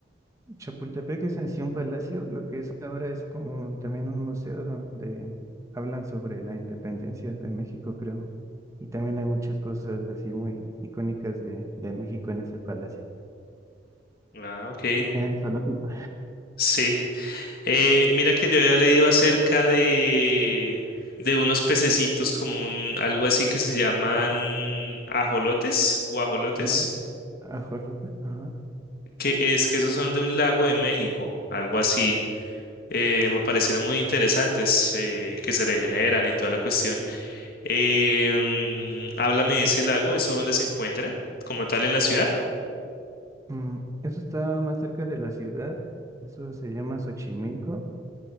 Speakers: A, on the right; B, on the left.
A: Chapultepec es en sí un palacio, lo que es ahora es como también un museo donde hablan sobre la independencia de México, creo. Y también hay muchas cosas así muy icónicas de, de México en ese palacio.
B: Ah, ok.
A: En zoológico.
B: Sí. Eh, mira que yo había leído acerca de, de unos pececitos como un, algo así que se llaman ajolotes, guajolotes,
A: Ajá. Ajolote, ajá.
B: que es que esos son de un lago de México, algo así. Eh, me parecieron muy interesantes, eh, que se regeneran y toda la cuestión. Em, háblame de ese lago, ¿eso dónde se encuentra? ¿Como tal en la ciudad?
A: Mm, eso está más cerca de la ciudad, eso se llama Xochimilco.